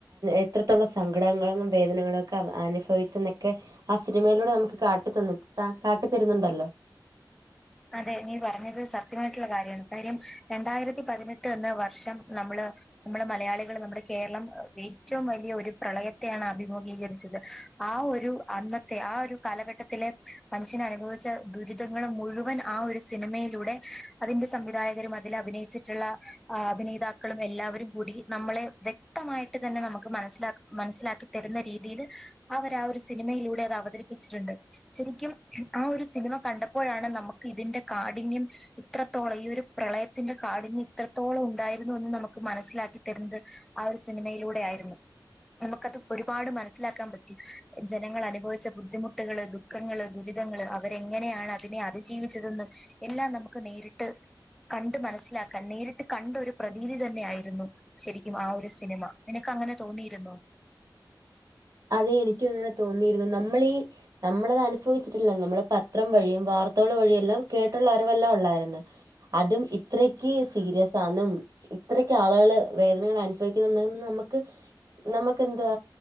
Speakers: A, on the right; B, in the centre.
A: എത്രത്തോളം സങ്കടങ്ങളും വേദനകളൊ ക്കെ അനുഫവിച്ചന്നൊക്കെ ആ സിനിമയിലൂടെ നമുക്ക് കാട്ടി തന്ന് ത കാട്ടി തരുന്നുണ്ടല്ലോ
B: അതെ നീ പറഞ്ഞത് സത്യമായിട്ടുള്ള കാര്യമാണ് കാര്യം രണ്ടായിരത്തി പതിനെട്ട് എന്ന വർഷം നമ്മള് നമ്മള് മലയാളികൾ നമ്മുടെ കേരളം ഏറ്റവും വലിയ ഒരു പ്രളയത്തെയാണ് അഭിമുഖീകരിച്ചത് ആ ഒരു അന്നത്തെ ആ ഒരു കാലഘട്ടത്തിലെ മനുഷ്യൻ അനുഭവിച്ച ദുരിതങ്ങൾ മുഴുവന ആ ഒരു സിനിമയിലൂടെ അതിന്റെ സംവിധായകരും അതിൽ അഭിനയിച്ചിട്ടുള്ള അഭിന നേതാക്കളും എല്ലാവരും കൂടി നമ്മളെ വ്യക്തമായിട്ട് തന്നെ നമുക്ക് മനസ്സിലാക്ക മനസ്സിലാക്കി തരുന്ന രീതിയിൽ അവരാ ഒരു സ് സിനിമയിലൂടെ അത് അവതരി ച്ചിട്ടുണ്ട് ശരിക്കും ആ ഒരു സിനിമ കണ്ടപ്പോഴാണ് നമുക് ഇതിന്റെ കാഠിന്യം ഇത്രത്തോളം ഈ ഒരു പ്രളയത്തിന്റെ കാഠിന്യം ഇത്രത്തോളം ഉണ്ടായ ഇതൊന്ന് നമുക്ക് മനസ്സിലാക്കി തരുന്നത് ആ ഒരു സിനിമയിലൂടെ ആയിരുന്നു നമുക്കത് ഒരുപാട് മനസ്സിലാക്കാൻ പ റ്റി ജനങ്ങൾ അനുഭവിച്ച ബുദ്ധിമുട്ടുകളേതും ദുഃഖങ്ങള് ദുരിതങ്ങള് അവരെങ്ങനെയാണ് അതിനെ അതിജീവി ച്ചതെന്ന് എല്ലാം നമുക്ക് നേരിട്ട് കണ്ട് മനസ്സിലാക്കാൻ നേരിട്ട് കണ്ട ഒരു പ്രതീതി തന്നെ ആായിരുന്നു ശരിക്കും ആ ഒരു സിനിമ നിനക്ക് അങ്ങനെ തോന്നിയിരുന്നോ?
A: അതെ എനിക്കുമങ്ങനെ തോന്നിയിരുന്നു നമ്മളീ നമ്മളത് അനുഫവിച്ചിട്ടില്ല നമ്മള് പത്രം വഴിയും വാർത്തകൾ വഴിയെല്ലാം കേട്ടുള്ള അറിവെല്ലാം ഉള്ളായിരുന്നു അതും ഇത്രക്ക് സീരിയസാന്നും ഇത്രക്ക് ആളുകൾ വേദനകൾ അനുഫവിക്കുന്ന നമുക്ക് നമ്മുക്കെന്താ